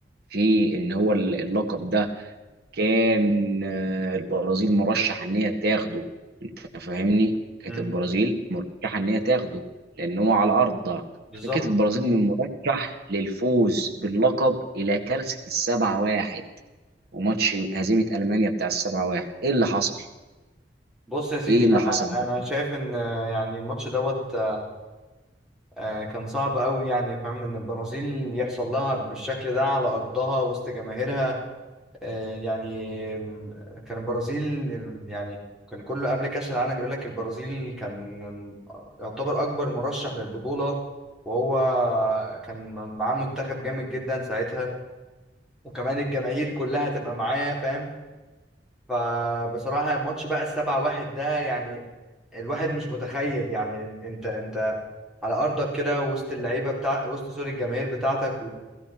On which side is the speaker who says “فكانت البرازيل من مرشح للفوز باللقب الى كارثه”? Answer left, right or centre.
Right